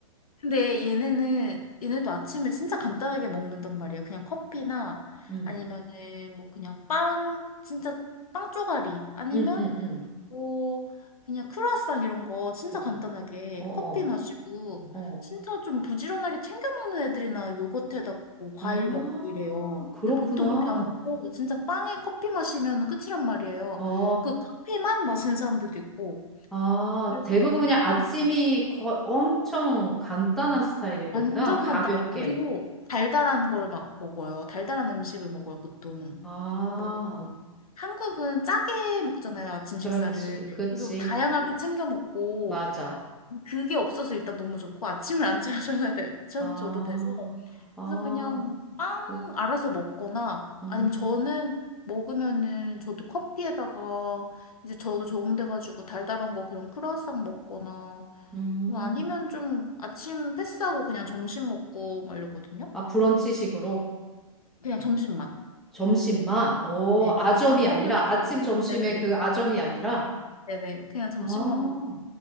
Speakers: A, on the left; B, in the centre.
A: 근데 얘네는 얘네도 아침을 진짜 간단하게 먹는단 말이에요. 그냥 커피나
B: 응.
A: 아니면은 뭐 그냥 빵 진짜 빵 쪼가리 아니면
B: 응, 응, 응.
A: 뭐 그냥 크루아상 이런 거 진짜
B: 그거.
A: 간단하게
B: 어, 어,
A: 커피 마시고
B: 어.
A: 진짜 좀 부지런하게 챙겨 먹는 애들이나 요거트에다가 뭐 과일
B: 아,
A: 먹고 이래요.
B: 그렇구나.
A: 근데 보통 그렇게 안 먹고 진짜 빵에 커피 마시면 끝이란 말이에요.
B: 어,
A: 그 커피만 마시는 사람들도 있고.
B: 아,
A: 그래서
B: 대부분 그냥
A: 일단
B: 아침이 거, 엄청 간단한 스타일일 거구나.
A: 완전
B: 가볍게.
A: 간단해. 그리고 달달한 걸 막 먹어요. 달달한 음식을 먹어요, 보통.
B: 아,
A: 뭐, 한국은 짜게 먹잖아요, 아침
B: 그렇지.
A: 식사를.
B: 그치.
A: 그리고 다양하게 챙겨 먹고,
B: 맞아.
A: 그게 없어서 일단 너무 좋고, 아침을 안 차려줘야 돼. 저,
B: 아,
A: 저도 돼서.
B: 아,
A: 그래서 그냥 빵
B: 그,
A: 알아서 먹거나,
B: 음,
A: 아니면 저는 먹으면은 저도 커피에다가, 이제 저도 적응돼가지고 달달한 거 그런 크루아상 먹거나,
B: 음.
A: 뭐 아니면 좀 아침 패스하고 그냥 점심 먹고 막 이러거든요.
B: 아, 브런치식으로?
A: 그냥 점심만.
B: 점심만? 오,
A: 네.
B: 아점이
A: 아침 안
B: 아니라,
A: 먹을 때도.
B: 아침, 점심에
A: 네네네.
B: 그 아점이 아니라?
A: 네네. 그냥 점심만
B: 아,
A: 먹고.